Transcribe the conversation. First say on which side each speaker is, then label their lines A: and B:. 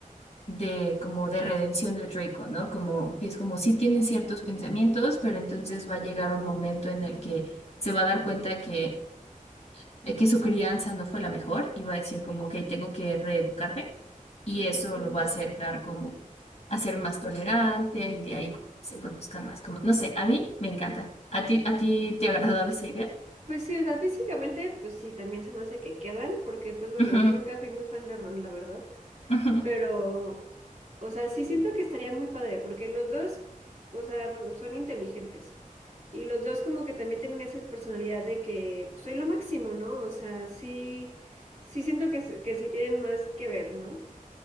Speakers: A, on the left; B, on the right.
A: de como de redención de Draco, ¿no? Como que es como si tiene ciertos pensamientos, pero entonces va a llegar un momento en el que se va a dar cuenta que, eh, que su crianza no fue la mejor y va a decir como, ok, tengo que reeducarme y
B: Ujú.
A: eso lo va a acercar como a ser más tolerante y de ahí como que se conozcan más, como, no sé, a mí me encanta. ¿A ti, a ti te agradaba esa idea?
B: Pues sí, o sea, físicamente, pues sí, también se me hace que quedan, porque pues bueno,
A: Ujú,
B: yo nunca fui muy fan de Ron, la verdad,
A: ujú.
B: Pero, o sea, sí siento que estaría muy padre, porque los dos, o sea, bueno, son inteligentes. Y los dos como que también tienen esa personalidad de que pues, soy lo máximo, ¿no? O sea, sí, sí siento que, s- que sí tienen más que ver, ¿no?